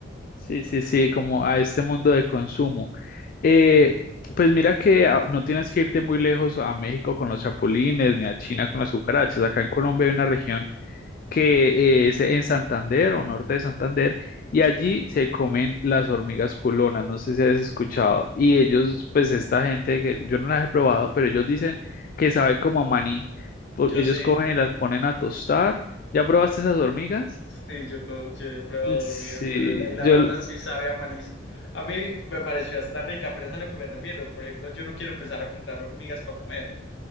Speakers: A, on the left (about 45°); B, on the left (about 65°).
A: Sí, sí, sí, como a este mundo de consumo. Eh, pues mira que ah, no tienes que irte muy lejos a México con los chapulines, ni a China con las cucarachas. Acá en Colombia hay una región que eh, es en Santander o norte de Santander, y allí se comen las hormigas culonas, no sé si has escuchado. Y ellos, pues esta gente, que yo no las he probado, pero ellos dicen que sabe como a maní. Por-
B: Yo
A: Ellos
B: sí,
A: cogen y las ponen a tostar. ¿Ya probaste esas hormigas?
B: Sí, yo, co- yo he probado
A: Sí,
B: hormiga culona y la
A: yo,
B: verdad sí sabe a manís. A mí me pareció hasta rica, pero es a lo que me refiero. Por ejemplo, yo no quiero empezar a comprar hormigas para comer.